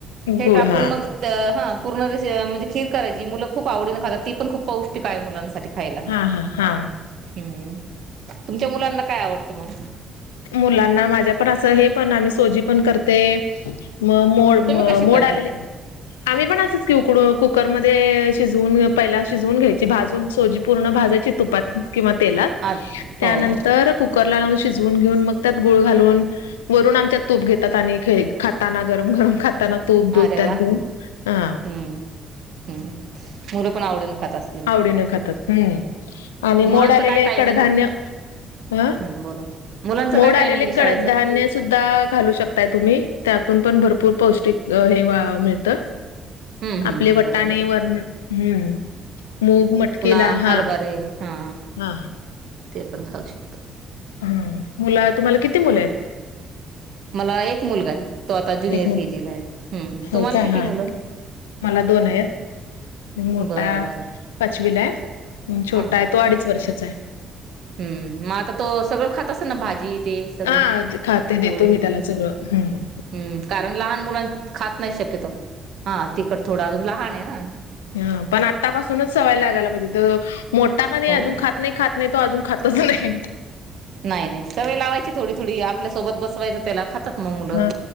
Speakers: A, on the right; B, on the left.
A: हे
B: गुळ
A: टाकून
B: हा
A: मग तर हम पूर्ण रे - म्हणजे खीर करायची मुलं खूप आवडीन खातात ती पण खूप पौष्टिक आहे मुलांसाठी खायला
B: हा हा हा
A: हम्म तुमच्या मुलांना काय आवडतं मग
B: मुलांना माझ्या पण असं हे पण आम्ही सोजी पण करते मग मोड
A: तुम्ही
B: म
A: कशी करता?
B: मोड आलेले आम्ही पण असच उकळून कुकरमध्येध्ये शिजवून पहिला शिजवून घ्यायची भाजून सोजी पूर्ण भाजायची तुपात किंवा तेलात
A: आ हो
B: त्यानंतर
A: हो
B: कुकर लावून शिजवा <unintelligible> <inaudible> घेऊन मग त्यात गुळ घालून वरून आमच्यात तूप घेतात आणि <unintelligible> खाताना गरम गरम खाताना तूप दूध
A: अरे
B: त्यात
A: वा
B: <unintelligible> हम्म
A: हम्म हम्म मुलं पण आवडीन खातास
B: आवडीनं खातात हम्म आणि
A: मुलांच
B: मोड आलेले
A: काय टायमिंग
B: कडधान्य
A: आहे
B: हम
A: हम्म बोला मुलांच काय
B: मोड
A: टायमिंग
B: आलेले
A: आहे शाळेच
B: कडधान्य खूप दाळ घालू शकताय तुम्ही त्यातून पण भरपूर पौष्टिक हे मिळतं.
A: हम्म हम्म
B: आपले वटाणे,
A: बरोबर आहे
B: वर हम्म मूग, मटकी
A: पुन्हा
B: ला
A: हरभरे
B: हा.
A: हा
B: हा
A: ते पण खाऊ शकतो.
B: हम्म. मुला तुम्हाला किती मुले आहेत?
A: मला एक मुलगा आहे. तो आता ज्युनियर
B: एक मुल
A: केजी आहे. हम्म
B: होय
A: तुम्हाला
B: काय
A: किती
B: हा
A: मुलं?
B: मला दोन आहेत. मोठा
A: बरं बरं
B: पाचवीला आहे, छोटा
A: हा
B: आहे
A: हा
B: तो अडीच वर्षाचा आहे.
A: हम्म. मग आता तो सगळं खात असल ना भाजी ते सगळं
B: हा खाते देतो
A: पोळी
B: मी त्याला सगळं हम्म
A: हम्म कारण लहान मुलां खात नाही शक्यतो. हा तिखट थोडं अजून लहान आहे ना.
B: हम्म. पण आता पासूनच सवय लागायला पाहिजेत, मोठा का नाही
A: हो
B: अजून खात नाही. खात नाही तो अजून खातोच नाही.
A: नाही नाही. सवय लावायची थोडी थोडी आपल्यासोबत बसवायचं त्याला खातात. मग मुलं
B: हा